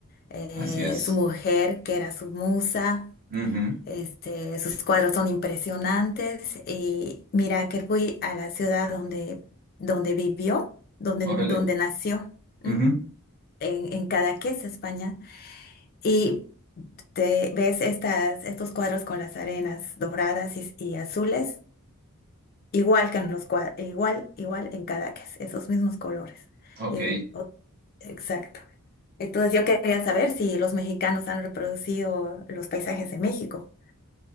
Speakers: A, on the left; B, on the right.
A: eh,
B: así es.
A: su mujer, que era su musa.
B: Ujú,
A: Este, sus cuadros son impresionantes y mira que fui a la ciudad donde, donde vivió, donde,
B: órale.
A: donde nació, mm,
B: Ujú,
A: en, en Cadaqués, España, y te ves estas, estos cuadros con las arenas doradas y, y azules, igual que en los cuadros, igual, igual en Cadaqués, esos mismos colores.
B: ok.
A: Eh, o- exacto. Entonces yo quería saber si los mexicanos han reproducido los paisajes de México.